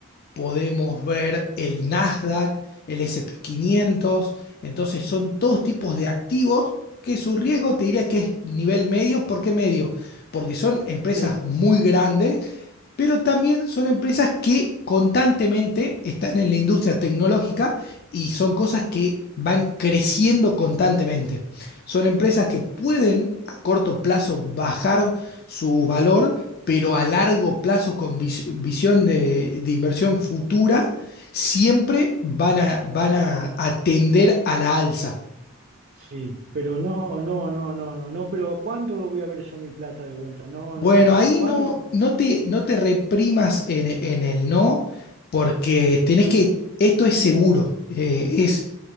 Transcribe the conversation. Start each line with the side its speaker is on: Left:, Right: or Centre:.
Left: podemos ver el Nasdaq, el S&P 500, entonces son todos tipos de activos que su riesgo te diría que es nivel medio. ¿Por qué medio? Porque son empresas
Right: Sí.
Left: muy grandes, pero también son empresas que constantemente están en la industria tecnológica y son cosas que van creciendo constantemente. Son empresas que pueden a corto plazo bajar su valor, pero a largo plazo con vis- visión de, de inversión futura, siempre van a, van a atender a la alza.
Right: Sí, pero no, no, no, no, no, no, pero ¿cuándo voy a ver yo mi plata de vuelta? No,
Left: Bueno,
Right: no,
Left: ahí
Right: que cuándo?
Left: no, no te, no te reprimas en, en el no, porque tenés que, esto es seguro, eh, es